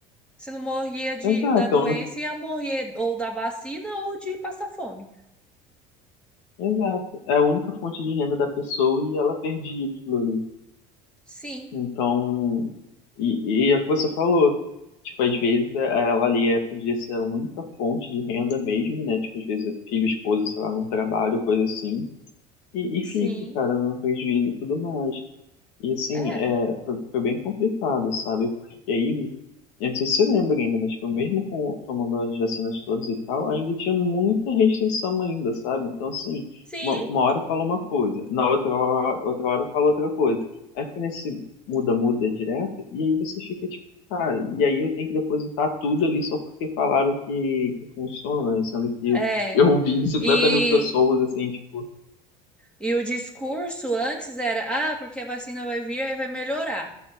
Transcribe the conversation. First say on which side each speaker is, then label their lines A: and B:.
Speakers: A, in the centre; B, on the left.
A: Se não morria de,
B: exato,
A: da doença,
B: é a única,
A: ia morrer ou da vacina ou de passar fome.
B: exato. É a única fonte de renda da pessoa e ela perdia aquilo ali.
A: Sim,
B: Então, e, e é o que você falou, tipo, às vezes eh, ela ali é, podia ser a única fonte de renda mesmo, né? Tipo, às vezes é filho, esposa, sei lá, não trabalho, coisa assim. E, e
A: sim,
B: fica, cara, no prejuízo e tudo mais. E assim,
A: é.
B: é, foi, foi bem complicado, sabe? Porque aí, eu não sei se você lembra ainda, mas tipo, mesmo com tomando as vacinas todas e tal, ainda tinha muita restrição ainda, sabe? Então, assim,
A: Sim,
B: uma, uma hora fala uma coisa, na outra hora, outra hora fala outra coisa. Aí fica nesse muda-muda direto, e aí você fica tipo, cara, e aí eu tenho que depositar tudo ali só porque falaram que, que funciona, sendo que eu,
A: é.
B: eu vi 50
A: E,
B: mil pessoas, assim, tipo,
A: e o discurso antes era, ah, porque a vacina vai vir e vai melhorar.